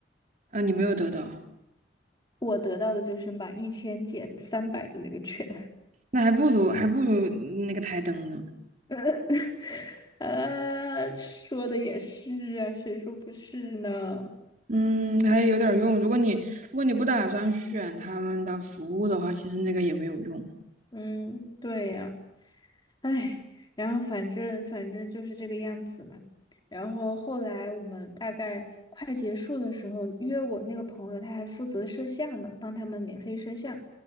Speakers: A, on the right; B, on the left.
A: 啊！你没有得到，
B: 我得到的就是满一千减三百的那个券，
A: 那还不如还不如那个台灯呢。
B: <laughs> 呃，说的也是啊，谁说不是呢？
A: 嗯，还有点用。如果你如果你不打算选他们的服务的话，其实那个也没有用。
B: 嗯，对呀。哎，然后反正反正就是这个样子嘛。然后后来我们大概快结束的时候，约我那个朋友，他还负责摄像嘛，帮他们免费摄像。